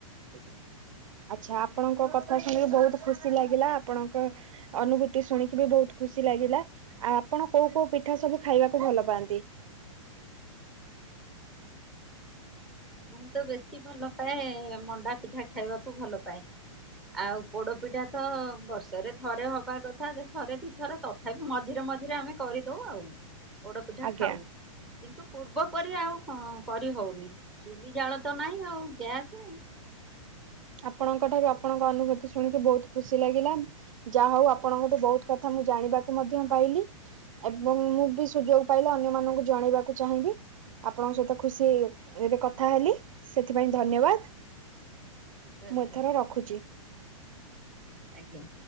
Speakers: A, on the right; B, in the centre.
A: <unintelligible>
B: <inaudible>
A: ଆଚ୍ଛା ଆପଣଙ୍କ କଥା ଶୁଣିକି ବହୁତ ଖୁସି ଲାଗିଲା ଆପଣଙ୍କ ଅନୁଭୂତି ଶୁଣିକି ବି ବହୁତ ଖୁସି ଚି ଲାଗିଲା ଆଉ ଆପଣ କୋଉ କୋଉ ପିଠା ସବୁ ଖାଇବାକୁ ଭଲ ପାଆନ୍ତି?
B: ମୁଁ ତ ବେଶୀ ଭଲ ପାଏ ମଣ୍ଡା ପିଠା ଖାଇବାକୁ ଭଲ ପାଏ। ଆଉ ପୋଡପିଠା ତ ବର୍ଷରେ ଥରେ ହବା କଥା ଥରେ ଦି ଥରେ ତଥାପି ମଝିରେ ମ ମଝିରେ ଆମେ କରିଦଉ ଆଉ। ପୋଡ଼ ପିଠା
A: ଆଜ୍ଞା
B: ଖାଉ କିନ୍ତୁ ପୂର୍ବପରି ଆଉ କରି ହଉନି। ଚୁଲି ଜାଳ ତ ନହିଁ ଆଉ ଗ୍ୟାସ
A: ଆପଣଙ୍କ ଠାରୁ ଆପଣଙ୍କ ଅନୁଭୂତି ଶୁଣିକି ବହୁତ ଖୁସି ଲାଗିଲା ଯାହା ହଉ ଆପଣଙ୍କଠୁ ବହୁତ କଥା ମୁଁ ଜାଣିବାକୁ ମଧ୍ୟ ପାଇଲି ଏବଂ ମୁଁ ବି ସୁଯୋଗ ପାଇଲି ଅନ୍ୟମାନଙ୍କୁ ଜଣେଇବାକୁ ଚାହିଁବି। ଆପଣଙ୍କ ସହିତ ଖୁସିହେରେ କଥା ହେଲି ସେଥିପାଇଁ ଧନ୍ୟବାଦ।
B: ଧନ୍ୟବାଦ
A: ମୁଁ ଏଥର ରଖୁଛି।
B: ଆଜ୍ଞା।